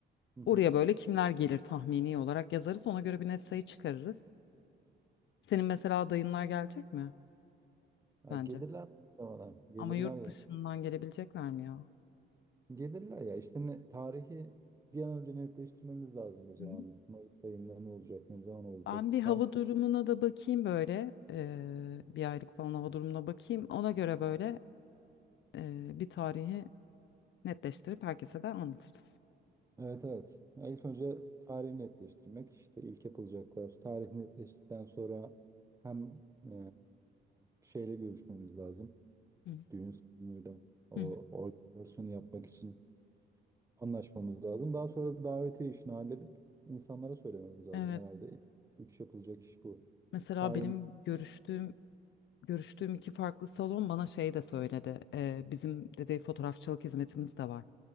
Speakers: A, on the right; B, on the left.
A: hı hı.
B: Oraya böyle kimler gelir tahmini olarak yazarız. Ona göre bir net sayı çıkarırız. Senin mesela dayınlar gelecek mi
A: Ya
B: bence?
A: gelirler muhtemelen. Gelirler
B: Ama yurt
A: ya.
B: dışından gelebilecekler mi ya?
A: Gelirler ya işte ne, tarihi bir an önce netleştirmemiz lazım o zaman.
B: Hı hı.
A: Mayıs ayında ne olacak, ne zaman olacak?
B: Ben bir hava
A: Tam
B: durumuna da bakayım böyle. eee, bir aylık falan hava durumuna bakayım. Ona göre böyle eee, bir tarihi netleştirip herkese de anlatırız.
A: evet evet. Ya ilk önce tarihi netleştirmek işte ilk yapılacaklar. Tarih netleştikten sonra hem e, şeyle görüşmemiz lazım.
B: Hı.
A: Düğün salonuyla o
B: Hı hı.
A: organizasyonu yapmak için anlaşmamız lazım. Daha sonra da davetiye işini halledip insanlara söylememiz lazım
B: Evet.
A: herhalde. İlk Üç yapılacak iş bu.
B: Mesela
A: Tarihin
B: benim görüştüğüm görüştüğüm iki farklı salon bana şey de söyledi. Eee, bizim dedi fotoğrafçılık hizmetimiz de var.